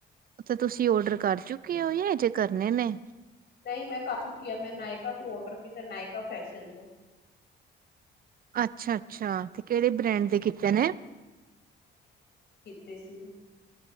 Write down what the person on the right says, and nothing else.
ਤੇ ਤੁਸੀਂ ਆਰਡਰ ਕਰ ਚੁੱਕੇ ਹੋ ਜਾਂ ਜੇ ਕਰਨੇ ਨੇ,
ਅੱਛਾ-ਅੱਛਾ ਤੇ ਕਿਹੜੇ ਬ੍ਰਾਂਡ ਦੇ ਕੀਤੇ ਨੇ,